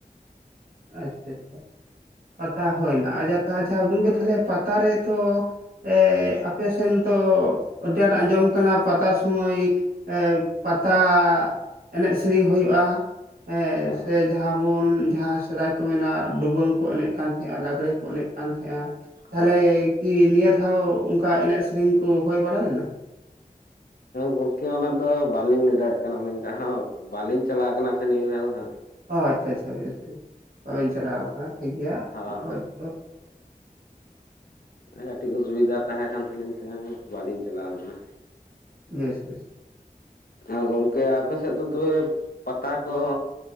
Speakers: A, on the right; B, on the left.
A: ᱟᱪᱪᱷᱟ ᱟᱪᱪᱷᱟ, ᱯᱟᱛᱟ ᱦᱩᱭ ᱮᱱᱟ ᱾ ᱟᱪᱪ ᱪᱷᱟ ᱜᱚᱝᱠᱮ, ᱛᱟᱦᱞᱮ ᱯᱟᱛᱟ ᱨᱮ ᱛᱚ ᱮᱻ ᱟᱯᱮ ᱥᱮᱱ ᱛᱚ, ᱟᱹᱰᱤ ᱟᱸᱴ ᱟᱸᱡᱚᱢ ᱟᱠᱟᱱᱟ, ᱯᱟᱛᱟ ᱥᱚᱢᱚᱭ ᱮᱻᱜ, ᱯᱟᱛᱟ ᱮᱱᱮᱡ ᱥᱮᱨᱮᱧ ᱦᱩᱭᱩᱜᱼᱟ ᱾ ᱮᱸᱻ
B: ᱦᱚᱸ
A: ᱥᱮ, ᱡᱟᱦᱟᱸ ᱵᱚᱱ, ᱡᱟᱦᱟᱸ ᱥᱮᱫᱟᱭ ᱠᱚ ᱢᱮᱱᱟ, ᱰᱩᱵᱟᱹᱝ ᱠᱚ, ᱮᱱᱮᱡ ᱠᱟᱱ ᱛᱟᱦᱮᱸᱜᱼᱟ, ᱞᱟᱜᱽᱲᱮ ᱠᱚ ᱮᱱᱮᱡ ᱠᱟᱱ ᱛᱟᱦᱮᱸᱜᱼᱟ, ᱛᱟᱦᱚᱞᱮ
B: ᱦᱚᱸ
A: ᱠᱤ ᱱᱤᱭᱟᱹ ᱫᱷᱟᱣ ᱚᱱᱠᱟ ᱮᱱᱮᱡ ᱥᱮᱨᱮᱧ ᱠᱚ ᱦᱩᱭ ᱵᱟᱲᱟ ᱞᱮᱱᱟ?
B: ᱜᱚᱢᱠᱮ ᱚᱱᱟ ᱫᱚ ᱵᱟᱹᱞᱤᱧ ᱞᱟᱹᱭ ᱫᱟᱲᱮᱭᱟᱜ ᱠᱟᱱᱟ ᱞᱤᱧ ᱵᱟᱹᱞᱤᱧ ᱪᱟᱞᱟᱣ ᱠᱟᱱᱟ ᱥᱮ ᱱᱤᱭᱟᱹ ᱫᱷᱟᱣ ᱫᱚ ᱦᱟᱸᱜ᱾
A: ᱚ ᱟᱪᱪᱷᱟ ᱟᱪᱪᱷᱟ ᱵᱮᱥ ᱵᱮᱥ ᱛᱚᱵᱮ ᱵᱟᱵᱮᱱ ᱪᱟᱞᱟᱣ ᱟᱠᱟᱱᱟ ᱴᱷᱤᱠ ᱜᱮᱭᱟ
B: ᱦᱟᱸᱜ
A: ᱦᱚᱭ ᱛᱚ
B: ᱠᱟᱹᱴᱤᱡ ᱚᱥᱩᱵᱤᱫᱟ ᱛᱟᱦᱮᱸ ᱠᱟᱱ ᱛᱟᱞᱤᱧ ᱛᱮ ᱵᱟᱹᱞᱤᱧ ᱪᱟᱞᱟᱣ ᱞᱮᱱᱟ᱾
A: Yes yes.
B: ᱟᱨ ᱜᱚᱢᱠᱮ ᱟᱯᱮᱥᱮᱫ ᱫᱚ ᱛᱚᱵᱮ ᱯᱟᱛᱟ ᱠᱚ᱾